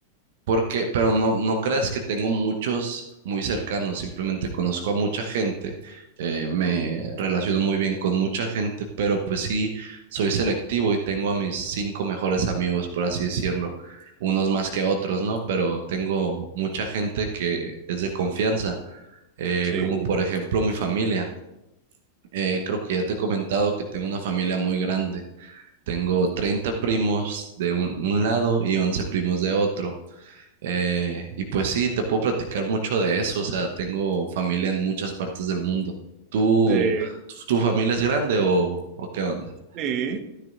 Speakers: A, on the right; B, on the right.
A: Porque, pero no, no creas que tengo muchos muy cercanos, simplemente conozco a mucha gente, eh, me relaciono muy bien con mucha gente, pero pues sí, soy selectivo y tengo a mis cinco mejores amigos, por así decirlo, unos más que otros, ¿no? Pero tengo mucha gente que es de confianza, eh,
B: sí.
A: como por ejemplo mi familia. Eh, creo que ya te he comentado que tengo una familia muy grande. Tengo 30 primos de un un lado y 11 primos de otro. Eh, y pues sí, te puedo platicar mucho de eso. O sea, tengo familia en muchas partes del mundo. ¿Tú,
B: Eh,
A: tu familia es grande o, o qué onda?
B: sí,